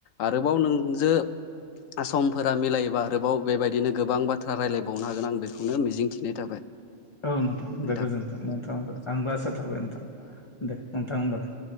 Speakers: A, on the left (about 85°); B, on the left (about 30°).
A: आरोबाव नोंजों समफोरा मिलायोबा आरोबाव बेबायदिनो गोबां बाथ्रा रायलायबावनो हागोन आं बेखौनो मिजिं थिबाय थाबाय।
B: औ नोंथां दे गोजोन्थों
A: थाबाय
B: नोंथां आंबो आसा थाबाय नोंथां। दे नोंथां होमबा दे।